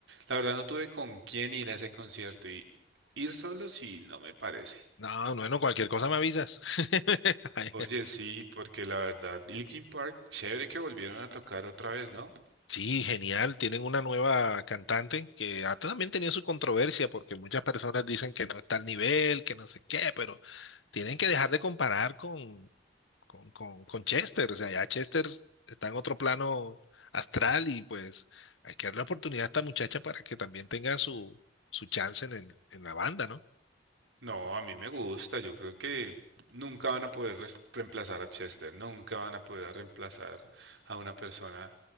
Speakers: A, on the right; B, on the left.
A: la verdad no tuve con quién ir a ese concierto y ir solo sí no me parece.
B: No, no, no, cualquier cosa me avisas. <laughs> Ay,
A: Oye, sí, porque la verdad, Linkin Park, chévere que volvieron a tocar otra vez, ¿no?
B: Sí, genial. Tienen una nueva cantante que ha también tenido su controversia porque muchas personas dicen que no está al nivel, que no sé qué, pero tienen que dejar de comparar con, con, con, con Chester. O sea, ya Chester está en otro plano astral y pues hay que darle la oportunidad a esta muchacha para que también tenga su, su chance en, el- en la banda, ¿no?
A: No, a mí me gusta, yo creo que nunca van a poder res- reemplazar a Chester, nunca van a poder reemplazar a una persona